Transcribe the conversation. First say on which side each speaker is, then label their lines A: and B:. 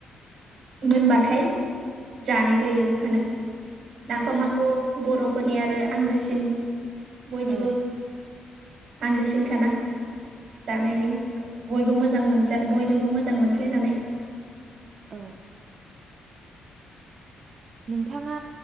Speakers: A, on the right; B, on the right.
A: मोनबाथाय जानाय जायो बेखौनो। नाफामाथ' बर'फोरनि आरो आंगोसिन बयनिबो
B: औ
A: आंगोसिनखाना। जानायनि बयबो मोजां मोनजा बयजोंबो मोजां मोनफ्लाय जानाय।
B: औ नोंथाङा